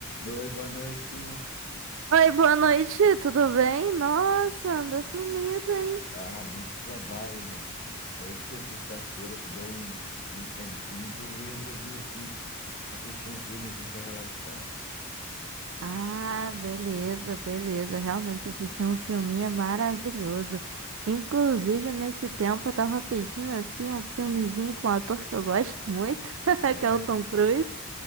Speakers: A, on the left (about 45°); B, on the right (about 60°).
A: Oi, boa noite.
B: Oi, boa noite, tudo bem? Nossa, anda sumida, hein?
A: Ah, muito trabalho, né? Hoje que é sexta-feira, que deu um, um tempinho que eu resolvi aqui assistir um filmezinho pra relaxar.
B: Ah, beleza, beleza. Realmente assisti um filminho maravilhoso. Inclusive, nesse tempo eu tava pedindo assim um filmezinho com um ator que eu gosto muito, <laughs>
A: Ah,
B: que
A: é?
B: é o Tom Cruise.